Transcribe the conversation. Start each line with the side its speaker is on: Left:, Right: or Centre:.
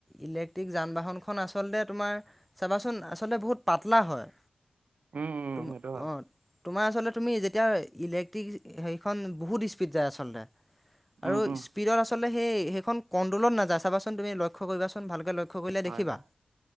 Centre: ইলেক্ট্ৰিক যান বাহনখন আচলতে তোমাৰ চাবাচোন, আচলতে বহুত পাতলা হয়।
Right: উম, উম,
Centre: তুম'
Right: সেইটো হয়।
Centre: অ। তোমাৰ আচলতে তুমি তিয়া ইলেক্ট্ৰিক হেৰিখন বহুত স্পীড যায় আচলতে। আৰু
Right: উম, উম,
Centre: স্পীডত আচল সেই সেইখন কণ্ট্ৰলত নাযায় চাবাচোন, তুমি লক্ষ্য কৰিবাচোন ভালকে ল <unintelligible>
Right: হয়,
Centre: দেখিবা,
Right: হয়,